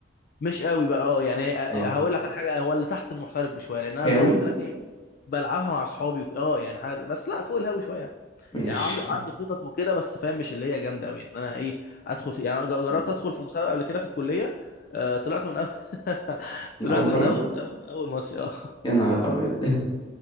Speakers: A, on the left; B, on the left.
A: مش قوي بقى اه يعني آه،
B: اه
A: آه، هقول لك على حاجة هو اللي تحت المحترف بشوية لان انا
B: هاوي
A: زي ما قلت لك ايه بلعبها مع اصحابي وك- اه يعني حاجة بس لا فوق الهاوي شوية يعني
B: ماشي
A: يعني عندي عندي خطط وكده بس فاهم مش اللي هي جامدة قوي ان انا ايه ادخل في يعني أنا جربت
B: <laughs>
A: ادخل في مسابقة قبل كده في الكلية آه، طلعت من اول <laughs>
B: من
A: طلعت
B: اول مره
A: من اول اول, أول ماتش اه
B: يا نهار ابيض